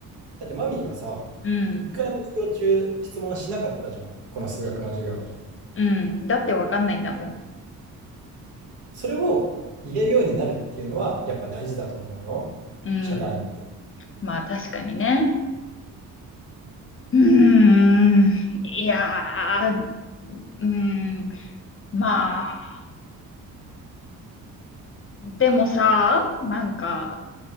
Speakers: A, on the right; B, on the left.
A: だってマミーはさ、
B: うん。
A: 一回も授業中質問しなかったじゃん。この数学の授業で。
B: うん。だってわかんないんだも
A: それを言えるようになるっていうのは、やっぱ大事だと思うよ。
B: ん。うん。
A: 社会に。
B: まあ確かにね。うーん。いやー。うーん。まあ。うんでもさ、なんか、